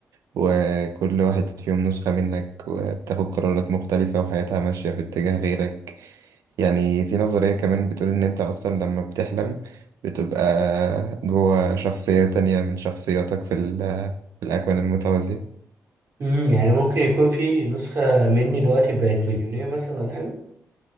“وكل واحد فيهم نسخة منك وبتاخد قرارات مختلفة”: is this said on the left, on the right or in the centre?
Right